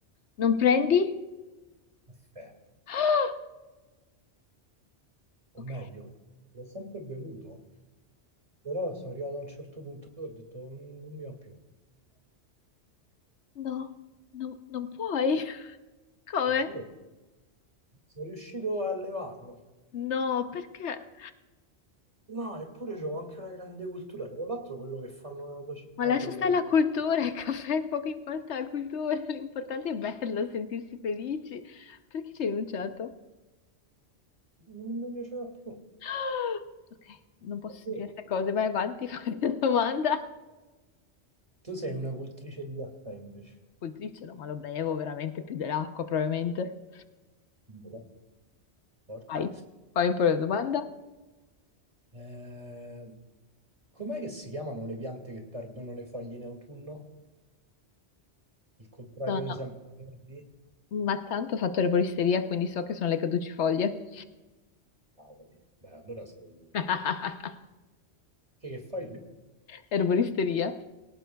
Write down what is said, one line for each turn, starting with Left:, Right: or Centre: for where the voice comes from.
Left: Non prendi?
Right: Caffè.
Left: <gasps> Ah, ok.
Right: O meglio, l'ho sempre bevuto, però sono arrivato a un certo punto e ho detto "Mm, non mi va più,
Left: No, non non puoi. Come?
Right: giuro, sono riuscito a levarlo.
Left: No, perché?
Right: No, eppure c'ho anche una grande cultura, tra l'altro quello che fanno nella tua città,
Left: Ma lascia
Right: quello
Left: stare la cultura, il caffè, <laughs> poco importa la cultura, <laughs> l'importante è bello, sentirsi felici. Perché ci hai rinunciato?
Right: non mi piaceva più,
Left: <gasps> Ok, non posso
Right: è vero.
Left: dire queste cose, vai avanti, <laughs> fai la domanda.
Right: Tu sei una cultrice di caffè invece.
Left: Coltricelo, ma lo bevo veramente più dell'acqua, probabilmente.
Right: Eh, Forte.
Left: Vai, fammi pure la domanda.
Right: Eh, com'è che si chiamano le piante che perdono le foglie in autunno? Il contrario
Left: No,
Right: dei
Left: no,
Right: sempreverdi?
Left: ma tanto ho fatto erboristeria, quindi so che sono le caducifoglie.
Right: Cavoli. Beh, allora sei...
Left: <laughs>
Right: Che, che fai tu?
Left: Erboristeria,